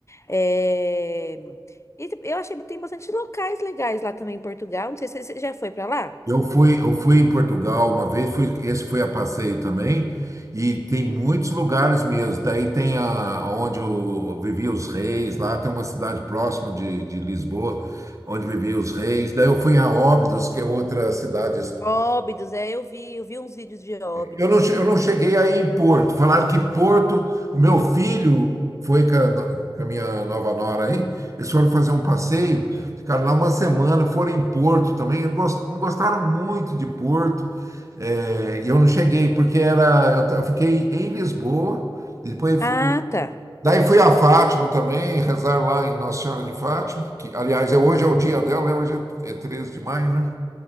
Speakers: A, on the left (about 35°); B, on the right (about 35°).
A: É, e eu achei que tem bastante locais legais lá também em Portugal. Não sei se você já foi para lá.
B: Eu fui, eu fui em Portugal uma vez, fui, esse foi a passeio também, e tem muitos lugares mesmo. Daí tem a, onde eu vivia os reis, lá tem uma cidade próxima de, de Lisboa, onde viviam os reis. Daí eu fui a Óbidos, que é outra cidade
A: Óbidos, é, eu vi, eu vi uns vídeos de Óbidos.
B: eu não, che- eu não cheguei aí em Porto. Falaram que Porto, o meu filho foi com a, no- com a minha nova nora aí, eles foram fazer um passeio, ficaram lá uma semana, foram em Porto também, e gos- gostaram muito de Porto. É, e eu não cheguei, porque era, eu, ta- eu fiquei em Lisboa, e depois
A: Ah,
B: fu-
A: tá.
B: daí fui a Fátima também, rezar lá em Nossa Senhora de Fátima, que aliás é, hoje é o dia dela, né? Hoje é é 13 de maio, né?